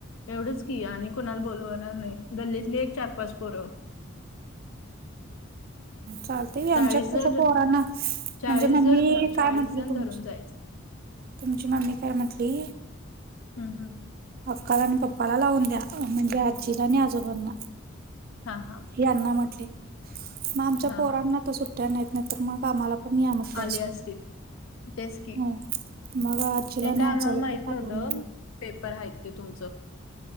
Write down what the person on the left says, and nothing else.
एवढंच की आणि कुणाला बोलवणार नाही गल्लीतली एक चार पाच पोरं.
चाळीस
जर
चाळीस
जर ध- चाळीस
जण
धरून जायचं
हम्म, हम्म.
हा हा.
हा
हा
आले असतील तेच की
हे काय
आम्हाला
माहित
नव्हतं
पेपर आहेत ते तुमचं